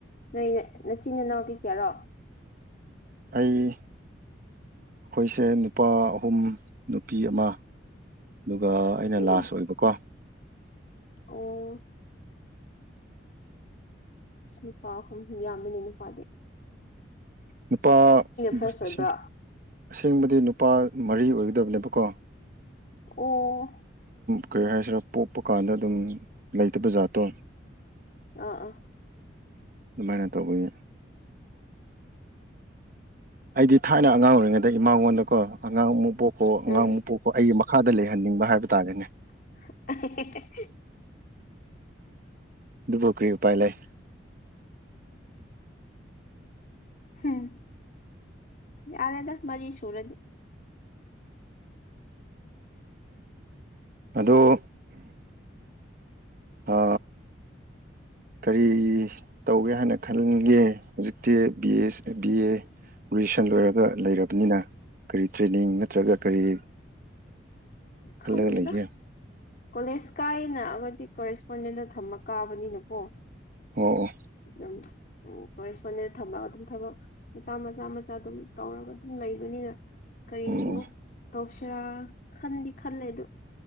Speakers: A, on the left; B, on the right.
A: ꯑ ꯅꯆꯤꯟ ꯅꯅꯥꯎ ꯄꯤ ꯀꯦꯔꯣ
B: ꯑꯩ ꯑꯩꯈꯣꯏꯁꯦ ꯅꯨꯄꯥ ꯑꯍꯨꯝ ꯅꯨꯄꯤ ꯑꯃ ꯑꯗꯨꯒ ꯑꯩꯅ
A: ꯎꯝ
B: ꯂꯥꯁ ꯑꯣꯏꯕꯀꯣ
A: ꯑꯣ ꯁꯄꯥꯍꯨꯝ ꯌꯥꯝꯃꯤꯅꯅ ꯄꯥꯗꯦ
B: ꯅꯨꯄꯥ
A: ꯐꯥꯔꯁ
B: ꯑꯁꯤ
A: ꯑꯣꯏꯕ꯭ꯔꯣ
B: ꯑꯁꯦꯡꯕꯗꯤ ꯅꯨꯄꯥ ꯃꯔꯤ ꯑꯣꯏꯒꯗꯕꯅꯦꯕꯀꯣ
A: ꯑꯣ
B: ꯀꯨꯀꯔ ꯍꯥꯏꯁꯤꯔ ꯄꯣꯛꯄ ꯀꯥꯟꯗ ꯑꯗꯨꯝ ꯂꯩꯇꯕ ꯖꯥꯔꯠꯇꯣ
A: ꯑꯥ ꯑꯥ
B: ꯃꯥꯏꯅꯠꯇꯧꯒꯦ ꯑꯩꯗꯤ ꯊꯥꯏꯅ ꯑꯉꯥꯡ ꯑꯣꯏꯔꯤꯉꯩꯗ ꯏꯃꯥꯉꯣꯟꯗꯀꯣ ꯑꯉꯥꯡ ꯑꯃꯨꯛ ꯄꯣꯛꯈꯣ ꯑꯉꯥꯡꯃꯨꯛ
A: ꯎꯝ
B: ꯄꯣꯛꯈꯣ ꯑꯩꯒꯤ ꯃꯈꯥꯗ ꯂꯩꯍꯟꯅꯤꯡꯕ ꯍꯥꯏ ꯕ ꯇꯥꯖꯅꯦ
A: <inaudible>
B: ꯗꯨꯕ ꯀꯄꯥꯏ ꯂꯩ
A: ꯎꯝ ꯑꯔꯗꯁ ꯃꯥꯔꯤ ꯁꯨꯔꯗꯤ
B: ꯑꯗꯨꯣ ꯑ
A: <inaudible>
B: ꯀꯔꯤ ꯇꯧꯒꯦ ꯍꯥꯏꯅ ꯈꯟꯒꯦ ꯍꯧꯖꯤꯛꯇꯤ B A B A graduation ꯂꯣꯏꯔꯒ ꯂꯩꯔꯕꯅꯤꯅ ꯀꯔꯤ ꯇ꯭ꯔꯦꯅꯤꯡ ꯅꯠꯇ꯭ꯔꯒ ꯀꯔꯤ ꯀꯜꯂꯒꯂꯤ
A: ꯈꯪꯗꯦꯗ
B: ꯀ
A: ꯀꯣꯂꯦꯖ ꯀꯥꯏꯌꯦꯅ ꯑꯩꯈꯗꯤ ꯀꯣꯔꯦꯁꯄꯣꯟꯗꯦꯟꯗ ꯊꯝꯃ ꯀꯥꯕꯅꯤꯅꯀꯣ
B: ꯑꯣ
A: ꯎ ꯐꯣꯔꯦꯟꯁꯄꯣꯟꯗꯦꯟꯗ ꯊꯝꯂꯒ ꯑꯗꯨꯝ ꯊꯕꯛ ꯃꯆꯥ ꯃꯆꯥ ꯃꯆꯥ ꯑꯗꯨꯝ ꯇꯧꯔꯒ ꯑꯗꯨꯝ ꯂꯩꯕꯅꯤꯅ ꯀꯔꯤ
B: ꯑꯣ
A: ꯑꯃꯨꯛ ꯇꯧꯁꯔꯥ ꯈꯟꯗꯤ ꯈꯜꯂꯦꯗ